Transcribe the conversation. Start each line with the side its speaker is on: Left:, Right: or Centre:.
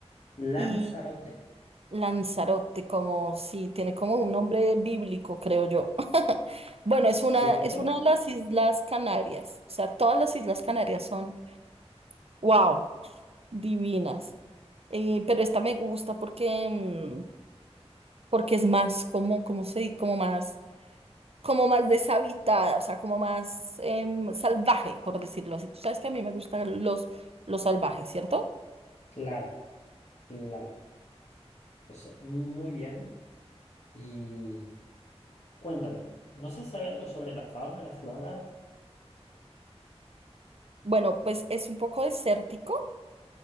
Left: Lanzarote,
Right: Y Lanzarote, como si tiene como un nombre bíblico, creo yo. <laughs> Bueno, es
Left: ¿cierto?
Right: una, es una de las Islas Canarias. O sea, todas las Islas Canarias son, wow, divinas. Eh, pero esta me gusta porque, mm, porque es más como, como se di- como más, como más deshabitada, o sea, como más em, salvaje, por decirlo así. Tú sabes que a mí me gustan los, los salvajes, ¿cierto?
Left: Claro, claro, lo sé muy bien. Y cuéntame, ¿no se sabe algo sobre la fauna, la flora?
Right: Bueno, pues es un poco desértico